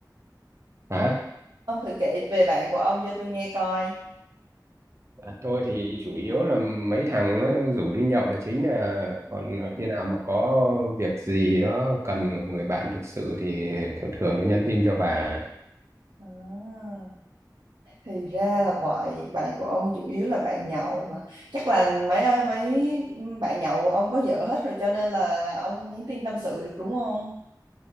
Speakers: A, on the right (about 40°); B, on the right (about 75°).
A: hả
B: Ông thử kể về bạn của ông cho tôi nghe coi.
A: À, tôi thì chủ yếu là mấy thằng nó rủ đi nhậu là chính à còn khi nào mà có việc gì đó cần người bạn thực sự thì thường thường tôi nhắn tin cho bà
B: À, thì ra là vậy, bạn của ông chủ yếu là bạn nhậu hả? Chắc là mấy mấy bạn nhậu của ông có vợ hết rồi cho nên là ông không nhắn tin tâm sự được đúng không?